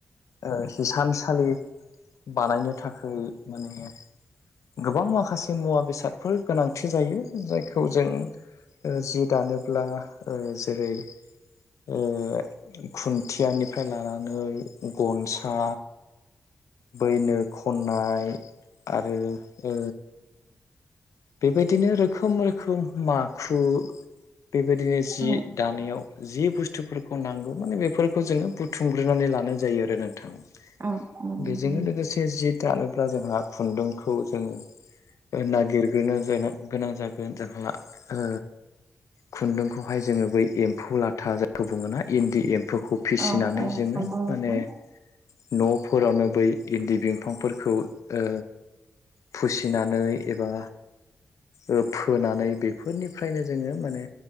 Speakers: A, on the left; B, on the right.
A: ओ हिसानसालि बानायनो थाखाय माने गोबां माखासे मुवा बेसादफोर गोनांथि जायो जायखौ जों जि दानोब्ला ओ जेरै ओ खुन्थियानिफ्राय लानानै गनसा बैनो खन्नाय आरो ओ बेबायदिनो रोखोम रोखोम माखु बेबायदिनो जि
B: औ
A: दानायाव जि बुस स्थुफोरखौ नांगौ माने बेफोरखौ जोङो बुथुमग्रोनानै लानाय जायो आरो नोंथां।
B: औ औ नंगौ
A: बेजोंनो लोगोसे जि दानोब्ला जोंहा खुन्दुंखौ जों ओ नागिरग्रोनो जोनो गोनां जागोन जोंहा ओ खुन्दुंखौहाय जोङो बै एम्फौ लाथा जायखौ बुङोना इन्दि एम फौखौ फिसिनानै
B: औ औ
A: जोङो
B: नंगौ नोंथां
A: माने न'फोरावनो बै इन्दि बिफांफोरखौ ओ फुसिनानै एबा ओ फोनानै बेफोरनिफ्रायनो जोङो माने